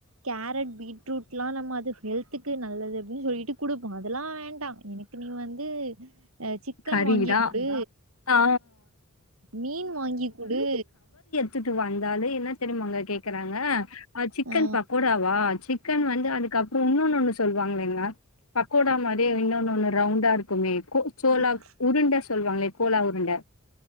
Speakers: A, on the right (about 75°); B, on the left (about 85°).
A: கேரட் பீட்ரூட்லா நம்ம அது ஹெல்த்துக் கு நல்லது அப்டின் சொல்லிட்டு குடுப்போ அதெல்லா வேண்டா எனக்கு நீ வந்து அ சிக் சிக்கன்
B: கறிதா
A: வாங்கி குடு
B: ஆ
A: மீன் வாங்கி குடு
B: துக்கு வந்தாலே என்ன தெரியுமாங்க கேக்குறாங்க அ சிக்கன்
A: ஆ
B: பக்கோடா வா சிக்கன் வந்து அதுக்கப்றோ இன்னொன்னு ஒன்னு சொல்வாங்களேங்க பக்கோடா மாரியே இன்னொன்னு ஒன்னு ரவுண்டா இருக்குமே கோ சோலா
A: சிக்ஸ்
B: உருண்ட சொல்வாங்களே கோலா உருண்ட